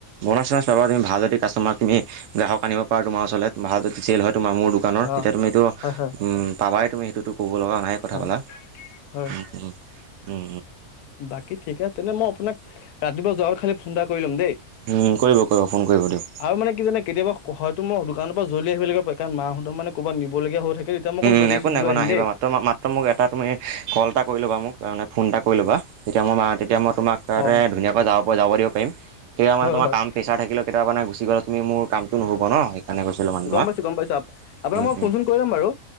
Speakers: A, on the right (about 70°); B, on the left (about 85°).
A: বনাছ চনাছ পাবা তুমি ভাল যদি কাষ্টমাৰ তুমি গ্ৰাহক আনিব পাৰা তোমাৰ ওচৰলে ভাল যদি চেল হয় তোমাৰ মোৰ দোকানৰ
B: অ
A: তেতিয়া তুমি এইটো
B: হয় হয়
A: উম পাবাই তুমি সেইটো। টো ক'ব লগা নাই কথা
B: হয়
A: পাতা
B: হয়
A: উম উম উম উম।
B: বাকী ঠিক আছে তেনে মই আপোনাক ৰাতিপুৱা যোৱ খালি ফোন এটা কৰি লম দেই।
A: উম, কৰিব কৰিব ফোন কৰিব দিয়ক
B: আৰু মানে কি জানে কেতিয়াবা হয়তো মই দোকানৰ পৰা জল্দি আহিবাগিব প কাৰণ মাহঁত মানে ক'বাত নিবলগীয়া হৈ থাকে তেতিয়া মই জল্দি
A: ন একো
B: ছুটি
A: নাই
B: লৈ
A: একো
B: আহিম
A: ন আহিবা
B: দেই
A: মাত্ৰ মাত্ৰ মোক এটা তুমি কল এটা কৰি ল'বা মোক মানে ফোন এটা কৰি ল'বা তেতিয়া মই মা তেতিয়া মই তোম তাতে
B: অ
A: ধুনীয়াকৈ যাব পৰা যাবিব পাৰিম কেতিয়া মানে
B: হয়
A: তোমাৰ
B: হয়
A: কাম প্ৰেছাৰ থাকিলে কেতিয়াবাানে তুমি মোৰ কামটো নহ'ব ন সেইকাৰণে গৈছিলো মানু
B: গম
A: তোমাক
B: পাইছো গম পাইছো আপোনাক
A: উম
B: মই ফোন
A: উম।
B: চোন কৰি ল'ম বাৰু